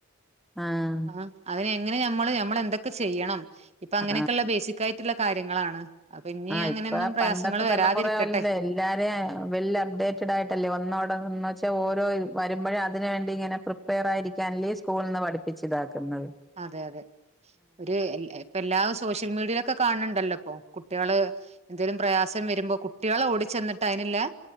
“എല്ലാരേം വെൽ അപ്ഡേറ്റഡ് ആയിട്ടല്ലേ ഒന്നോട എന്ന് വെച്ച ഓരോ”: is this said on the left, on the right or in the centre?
Centre